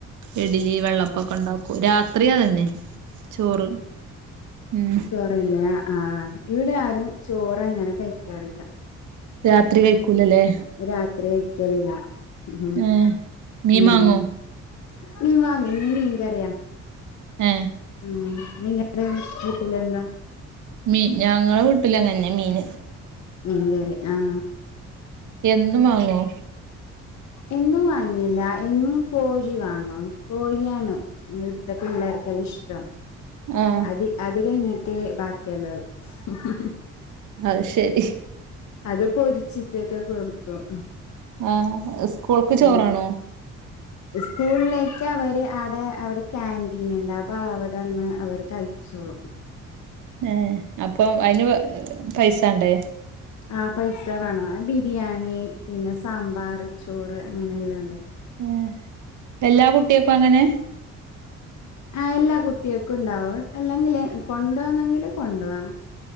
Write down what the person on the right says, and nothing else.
ഇഡലി വെള്ള അപ്പം ഒക്കെ ഉണ്ടാക്കും രാത്രിയാ അതന്നെ ചോറ് ഉം
രാത്രി കഴിക്കൂലല്ലേ
ഏ മീൻ
വാങ്ങോ
ഏ
മീൻ ഞങ്ങളടെ വീട്ടിൽ അത് തന്നെ മീൻ
എന്നും വാങ്ങോ?
ആഹ്
ആത് ശരി.
ആഹ് സ്കൂൾക്ക് ചോറാണോ?
ഏഹ് അപ്പൊ അയിന് പൈസണ്ടേ?
ഏഹ് എല്ലാ കുട്ടിയക്കും അങ്ങനെ